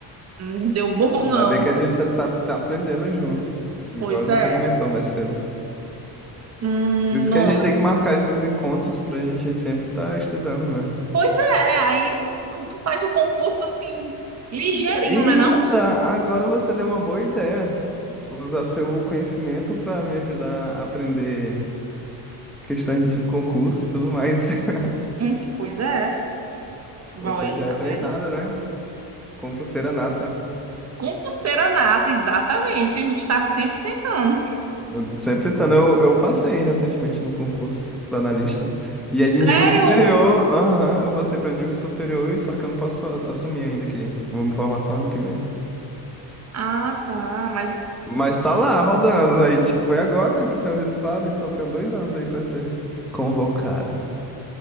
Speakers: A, on the right; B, in the centre.
A: Não deu bom,
B: Ainda
A: não.
B: bem que a gente já tá, tá aprendendo juntos. Igual
A: Pois
B: você
A: é.
B: comentou mais cedo.
A: Hum,
B: Por isso
A: nona.
B: que a gente tem que marcar esses encontros pra gente sempre estar estudando, né?
A: Pois é, aí tu faz o concurso assim, ligeirinho,
B: Eita,
A: né não?
B: agora você deu uma boa ideia. Usar seu conhecimento pra me ajudar a aprender questões de concurso e tudo mais. <laughs>
A: Hum, pois é. Vai,
B: Você já
A: tá
B: é treinada,
A: vendo?
B: né? Concurseira nata.
A: Concurseira nata, exatamente. A gente tá sempre tentando.
B: Eu sempre tentando. Eu, eu passei recentemente no concurso para analista. E é de
A: Sério?
B: nível superior. Aham, eu passei para nível superior, e só que eu não posso a- assumir ainda que vou me formar só ano que vem.
A: Ah, tá, mas...
B: Mas tá lá, rodando. Aí, tipo, foi agora que saiu o resultado, então tenho dois anos aí pra ser convocado.